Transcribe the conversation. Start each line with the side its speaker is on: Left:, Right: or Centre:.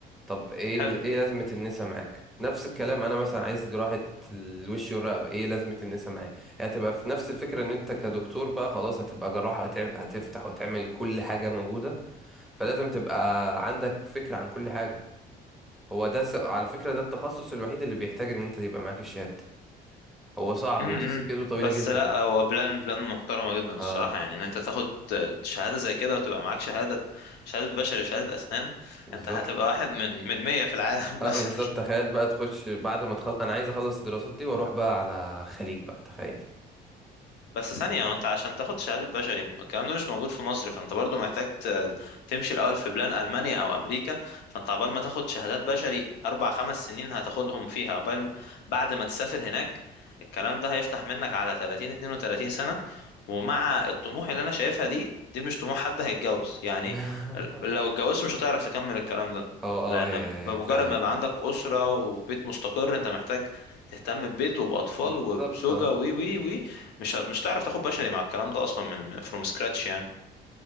Centre: طب ايه
Left: حلو
Centre: ال- ايه لازمه النسا معاك نفس الكلام انا مثلا عايز جراحه الوش والرقبه ايه لازمه النسا معايا هتبقى في نفس الفكره ان انت كدكتور بقى خلاص هتبقى جراحه هتعم- هتفتح وتعمل كل حاجه موجوده فلازم تبقى عندك فكرة عن كل حاجة هو ده س... على فكرة ده التخصص الوحيد اللي بيحتاج ان انت تبقى معاك الشهادتين هو صعب
Left: امم
Centre: وتسكته طويلة
Left: بس
Centre: جدا
Left: لا هو بلان بلان محترمه جدا الصراحه
Centre: اه
Left: يعني ان انت تاخد شهاده زي كده وتبقى معاك شهاده شهاده بشري وشهاده اسنان
Centre: بالظبط
Left: انت هتبقى واحد من من 100 في العالم <laughs>
Centre: اه
Left: مثلا
Centre: بالظبط تخيل بقى تخش بعد ما تخل... انا عايز اخلص الدراسات دي واروح بقى على خليج بقى تخيل
Left: بس ثانية وانت عشان تاخد شهادة بشري الكلام ده مش موجود في مصر فانت برضو محتاج ت- تمشي الأول في بلان ألمانيا أو أمريكا فانت عقبال ما تاخد شهادات بشري أربع خمس سنين هتاخدهم فيها عقبال م- بعد ما تسافر هناك الكلام ده هيفتح منك على 30 32 سنة ومع الطموح اللي أنا شايفها دي دي مش طموح حد هيتجوز يعني
Centre: <laughs>
Left: ال- لو اتجوزت مش هتعرف تكمل الكلام ده
Centre: اه اه
Left: لأن
Centre: هي
Left: بمجرد
Centre: هي فعلا
Left: ما يبقى
Centre: اه
Left: عندك أسرة وبيت مستقر انت محتاج تهتم ببيت وبأطفال
Centre: بالظبط
Left: وبزوجة
Centre: اه
Left: وي وي وي مش ه- مش هتعرف تاخد بشري مع الكلام ده اصلا من فروم سكراتش يعني